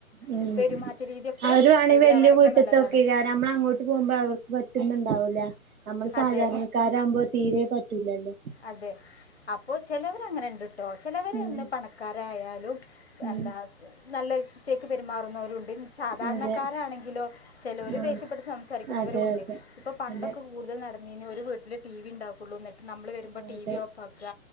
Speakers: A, on the right; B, on the left.
A: ഉം
B: ഇത് പെരുമാറ്റ രീതിയൊക്കെ
A: അവരു വേണെങ്കി
B: റെഡി
A: വലിയ
B: ആവാനൊക്കെ
A: വീട്ടത്തൊക്കെ
B: നല്ലതാണ്
A: അയ്ക്കാരം നമ്മള് അങ്ങോട്ട് പോകുമ്പോ അവർക്ക് പറ്റുന്നുണ്ടാവൂല നമ്മള് സാധാരണക്കാരാകുമ്പോ
B: അതെ
A: തീരെ പറ്റൂലല്ലോ
B: അതെ അപ്പോൾ ചിലവർ അങ്ങനെ ഉണ്ട് ട്ടോ ചിലവർ
A: ഉം
B: ഇന്ന് പണക്കാരായാലും
A: ഉം
B: എന്താ നല്ല ചെക്ക് പെരുമാറുന്നവ രുണ്ട് സാധാരണക്കാരാണെങ്കിലോ
A: അതെ
B: ചിലവർ
A: ആഹ്
B: ദേഷ്യപ്പെട്ട് സംസാരിക്കുന്നവരും
A: അതെ
B: ഉണ്ട്
A: അതെ
B: ഇപ്പൊ പണ്ടൊക്കെ
A: അതെ
B: കൂടുതൽ നടന്നിന് ഒരു വീട്ടില് ടി വി ഉണ്ടാക്കുള്ളൂ എന്നിട്ട് നമ്മള് വരുമ്പോൾ
A: അതെ
B: ടി വി ഓഫ് ആക്കുക